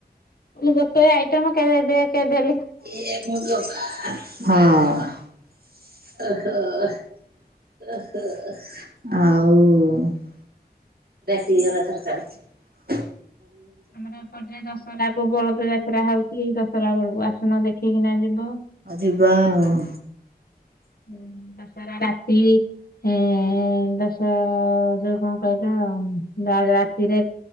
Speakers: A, on the left; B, on the right.
A: ମୁଁ ଗୋଟେ ଆଇଟମ କେବେ ଦେ କେବେ
B: ଏ ହଁହ ଆଉ। ସ ରଖରେ ଚାଲିଛି।
A: ଆମର ଏ ପେ ଦଶହରା କୁ ବଳଦ ଯାତ୍ରା ହଉଛି ଦଶହରା ବେଳକୁ ଆସୁନ ଦେଖିକିନା ଯିବ।
B: ଅଜିିବା ଆଉ।
A: ହୁଁ ଦଶରା ରାତିି। ହଁ ଦଶ ଯୋଉ କଣ କହିଲ ରେ